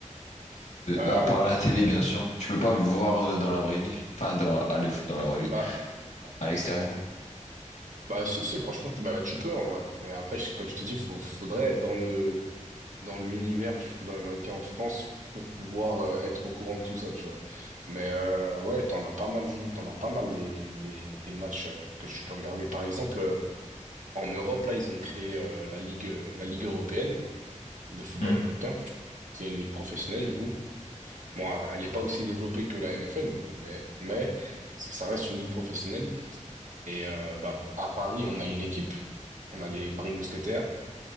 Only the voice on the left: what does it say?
euh,
bah, à part à la
télé, bien sûr. Tu peux pas voir euh, dans la vraie vie. Enfin, dans, à l'eff- dans la vraie vie.
À l'extérieur.
Hmm.